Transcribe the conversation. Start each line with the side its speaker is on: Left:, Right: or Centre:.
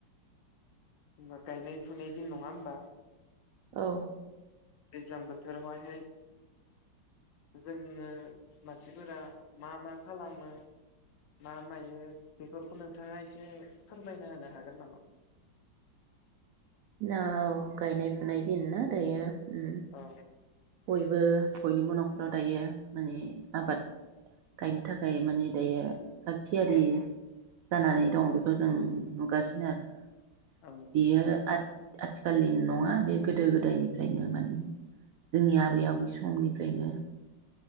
Left: होनबाथाय गायनाय फुनाय दिन नङा होमबा।
Right: औ।
Left: दैज्लां बोथोरावहायहाय जोङो मानसिफोरा मा मा खालामो मा मायो बेफोरखौ नोंथाङा एसे फोरमायना होनो हागोन नामा।
Right: <unintelligible> गायनाय फुनाय दिन ना दायो उम
Left: औ।
Right: बयबो बयनिबो न'खराव दायो माने आबाद गायनो थाखाय माने दायो थाग थियारि जानानै दं बेखौ जों नुगासिनो आरोना।
Left: औ
Right: बियो आत आथिखालनि नङा बे गोदो गोदायनिफ्रायनो माने जोंनि आबै आबै समनिफ्रायनो